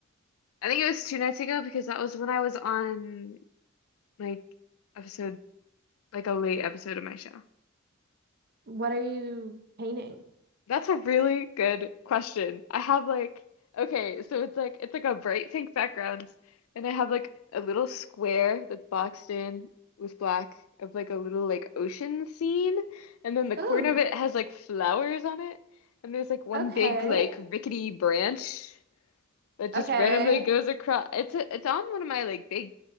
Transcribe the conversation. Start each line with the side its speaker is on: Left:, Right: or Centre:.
Left: I think it was two nights ago because that was when I was on like episode, like a late episode of my show.
Right: What are you painting?
Left: That's a really good question. I have like okay, so it's like it's like a bright pink background and I have like a little square that's boxed in with black of like a little like ocean scene and then the
Right: Oh,
Left: corner of it has like flowers on it and there's like one
Right: okay.
Left: big like rickety branch that
Right: Okay.
Left: just randomly goes across. It's a, it's on one of my like big